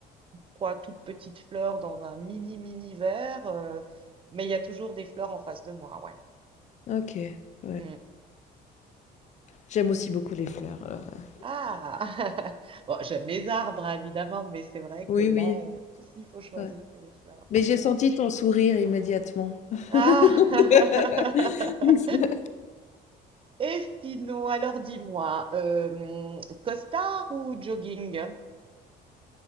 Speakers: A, on the right; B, on the left.
A: trois toutes petites fleurs dans un mini, mini verre, heu, mais il y a toujours des fleurs en face de moi, ouais.
B: ok, ouais.
A: Mmh.
B: J'aime aussi beaucoup les fleurs, alors, heu,
A: Ah! <laughs> Bon, j'aime les arbres, hein, évidemment, mais c'est vrai que
B: oui,
A: là,
B: oui,
A: euh, s'il faut choisir,
B: ouais.
A: c'est les fleurs.
B: Mais j'ai senti ton sourire immédiatement.
A: Ah! <laughs>
B: <laughs>
A: Et sinon, alors dis-moi, euh, costard ou jogging?